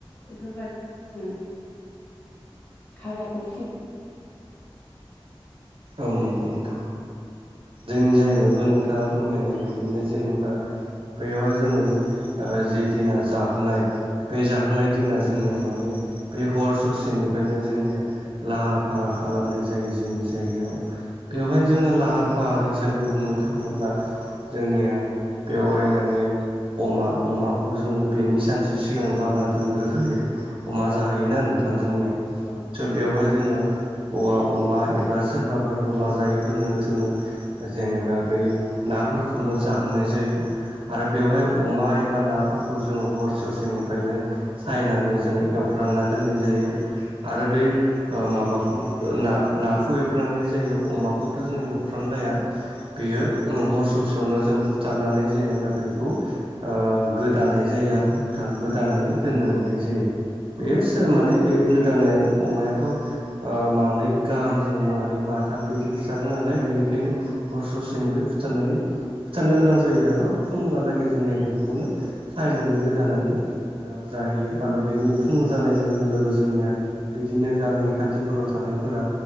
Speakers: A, on the left (about 20°); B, on the right (about 65°).
A: बेफोरबायदिनो जोङो हाबाखौ
B: औ नंगौ नोंथां जोंनि जायगायावबो
A: औ
B: नोंथाङा फोरमायनाय बायदिनो जेनेबा बेयावहाय जोङो ओ जि दिना जाहोनाय बे जाहोनाय दिना जोंनिया माने बे हर ससेनिफायनो जोंनिया लाहार-फाहार खालामनाय जायो जोंनि जायगायाव बेवहाय जोङो
A: औ
B: लाहार-फाहार हिसाबै बुंनो थाङोब्ला जोंनिया बेवहाय माने अमा अमाखौ जोङो बेनि सानसे सिगां लाबोना दोनग्रोखायो। अमा जाहैयोना
A: औ
B: नोंथां जोंनिया।
A: औ
B: स' बेवहाय जोङो औवा अमा एबा सोरबाफोर अमा जायैफोरनो जोङो जेनेबा बै नाफोरखौनो जाहोनाय जायो। आरो बेवहाय अमा एबा नाफोरखौ बेखौ जोङो हरसे ससेनिफ्रायनो सायनानै जोङो एवफ्रानना दोननाय जायो। आरो बै माबाखौ नाखौ एवफ्राननाय जायो अमाखौथ' जोंङ एवफ्रान लाया। बेयो हर ससेयावनो जों बुथारनानै जेनेबा बेखौ गोदानाय जायो आरो नोंथाङा ओ गोदानानै दोननाय जायो। बेस
A: औ
B: माने बे गोदान अमायाथ' मानै गाहामजों मानै माथाम बिदि फुथारो नालाय बेनिखायनो हर सासेनिफ्राय बुथारनाय जा फुथारनो गोनां जायो आरो फुुंहालागै जोंनिया बेखौनो सायनानै गोदानानै जाहैयो आरो बेनि फुं जानाय लोगो लोगो जोंनिया बिदिनो गामि खाथिफोराव थानायफोरा